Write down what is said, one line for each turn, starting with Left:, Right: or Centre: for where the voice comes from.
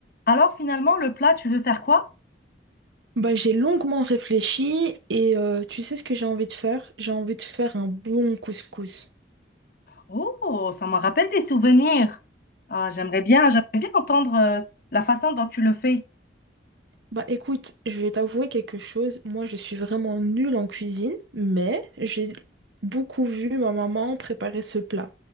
Left: Alors finalement, le plat, tu veux faire quoi?
Right: Bah, j'ai longuement réfléchi et euh, tu sais ce que j'ai envie de faire? J'ai envie de faire un bon couscous.
Left: Oh, ça me rappelle des souvenirs. Ah, j'aimerais bien, j'aimerais bien entendre euh, la façon dont tu le fais.
Right: Bah écoute, je vais t'avouer quelque chose. Moi, je suis vraiment nulle en cuisine, mais j'ai beaucoup vu ma maman préparer ce plat.